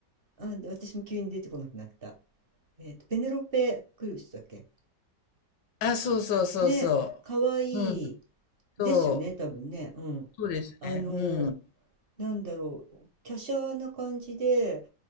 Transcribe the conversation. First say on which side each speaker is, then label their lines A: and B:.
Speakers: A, on the right; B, on the left.
A: あ、私も急に出てこなくなった。えっと、ペネロペ・クルスだっけ
B: あ、そうそうそうそ
A: ね、かわいい
B: う。うん、
A: ですよね、
B: そう、
A: 多分ね。うん。
B: そうですね。
A: あの、
B: うん、
A: なんだろう、華奢な感じで、